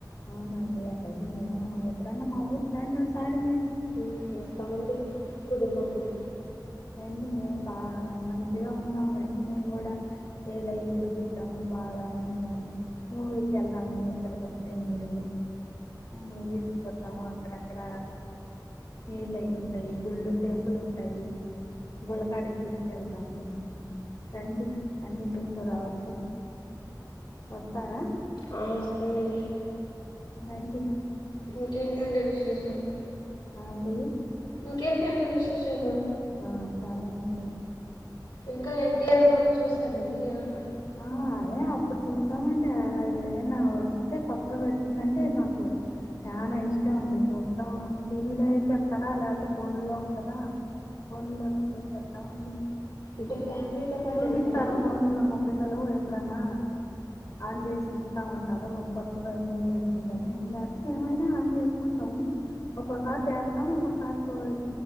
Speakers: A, on the left; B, on the left.
A: అవునండి అట్లాయితే మేము ఎప్పుడన్నా మా ఊరుకి రండి ఒక సారి మీరు
B: ఊ వస్తామండి కుదిరినప్పుడు
A: రండి మేము బా <inaudible> ఉంటాం రండి మేము కూడా చేలు అవి చూపిత్తమూ బాగా అన్నినూ మూవీ కి వెళ్దాము ఇక్కడికి వస్తె మీరు మూవీ చూసొద్దాము అక్కడ అక్కడ నీళ్ళ అవి ఉంటాయి గుళ్ళు టెంపుల్ ఉంటాయి గుల్లకాటికీ తీసుకెళ్తాము రండి అన్ని చూసు రావచ్చు వస్తారా!
B: ఆ వస్తానండి
A: రండి
B: ఇంకేంటండి విశేషాలు,
A: రండి
B: ఇంకేంటండి విశేషాలు
A: ఆ సరేనండి
B: ఇంకా ఎన్టీఆర్ మూవీ చూస్తారండి ఏమన్నా
A: ఆ, అదే అప్పుడు చూసామండి, ఏదనా వస్తే కొత్త వచ్చిందంటే మాకు చానా ఇష్టం అండి చూస్తాం, టీవీలో చెప్తరా లేకపోతే ఫోన్ లో ఉంటందా. ఫోన్ లోచూచేస్తామండి,
B: అంటే ఫ్యామిలీతో పాటు
A: చూపిస్తారు
B: వెళ్తారా
A: ఫోన్ లో ఫోన్ ఎప్పుడన్నా ఆన్ జేసి ఇస్తా ఉంటారు కొత్తగా మూవీ వచ్చిందని, లేకపోతే మీమైనా ఆన్ జేసుకుంటాం. ఒక్కొసారి చేస్తాం, ఒక్కోసారియ